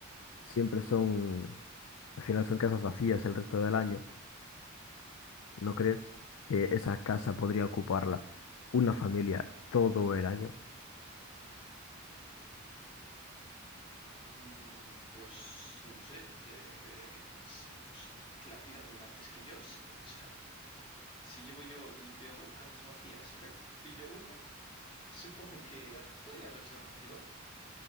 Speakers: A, on the left; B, on the left.
A: siempre son, al final son casas vacías el resto del año. ¿No crees que esa casa podría ocuparla una familia todo el año?
B: mm, pues no sé, eh, eh, se- pues, que la pidan antes que yo, si- o sea, <laughs> si llego yo y veo casas vacías y me <laughs> pillo una, supongo que antes podría habérsela cogido otro.